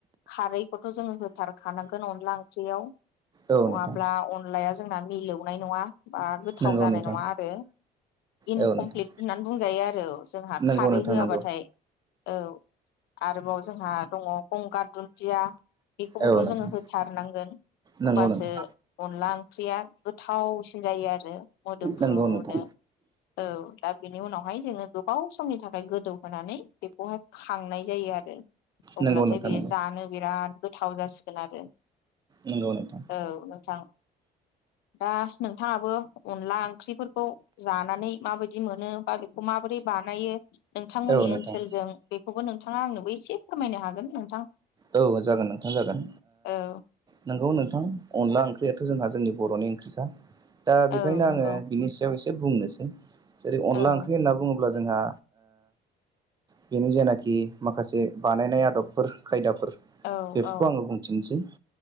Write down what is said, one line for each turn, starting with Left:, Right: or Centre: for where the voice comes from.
Left: खारैखौथ' जोङो होथारखानांगोन अनला ओंख्रियाव
Right: औ
Left: नङाब्ला
Right: नोंथां
Left: अनलाया जोंना मिलौनाय नङा बा गोथाव
Right: नंगौ
Left: जानाय
Right: नोंथां
Left: नङा आरो- इनकमप्लिट
Right: औ नोंथां
Left: होननानै बुंजायो आरो जोंहा
Right: नंगौ
Left: खारै
Right: नोंथां
Left: होआबाथाय।
Right: नंगौ
Left: औ आरोबाव जोंहा दङ गंगार दुन्दिया बेखौबोथ'
Right: औ नोंथां
Left: जोङो होथारनांगोन।
Right: नंगौ
Left: होमबासो
Right: नोंथां
Left: अनला ओंख्रिया गोथावसिन जायो आरो मोदोमफ्रुनो।
Right: नंगौ नोंथां
Left: औ दा बेनि उनावहाय जोङो गोबाव समनि थाखाय ओमफ्राय गोदौहोनानै बेखौहाय खांनाय जायो आरो।
Right: नंगौ
Left: अब्लाथाय
Right: नोंथां
Left: बेयो
Right: नंगौ
Left: जानो बिराद गोथाव जासिगोन आरो।
Right: नंगौ नोंथां
Left: औ नोंथां। दा नोंथाङाबो अनला ओंख्रिफोरखौ जानानै माबायदि मोनो।? बा बेखौ माबोरै बानायो नोंथांमोननि
Right: औ नोंथां
Left: ओनसोलजों? खौगोन नोंथाङा आंनोबो एसे फोरमायनो हागोन नोंथां?
Right: औ जागोन नोंथां जागोन
Left: औ
Right: नोंगौ। अनला ओंख्रियाथ' जोंहा जोंनि बर'नि ओंख्रिखा दा बेखायनो
Left: औ नंगौ
Right: आङो बिनि सायाव ए एसे बुंनोसै जेरै अनला
Left: औ
Right: ओंख्रि होनना बुङोब्ला अब्ला जोंहा बेनि जेनाखि माखासे बानायनाय आदबफोर खायदाफोर
Left: औ
Right: बेफोरखौ
Left: औ
Right: आङो बुंथिननोसै